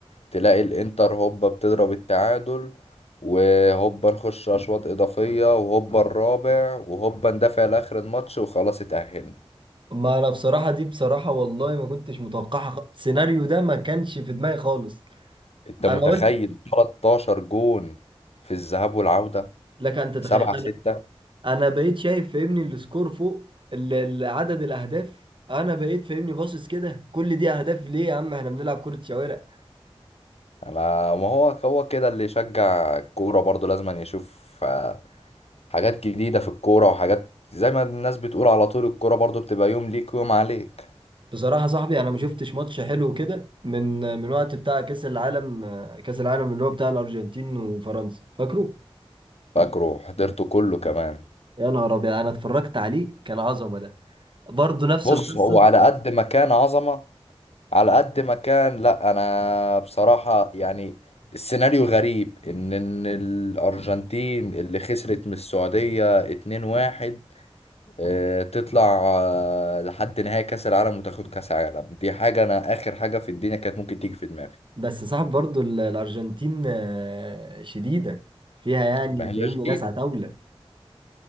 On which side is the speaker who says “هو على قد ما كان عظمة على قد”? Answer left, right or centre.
Left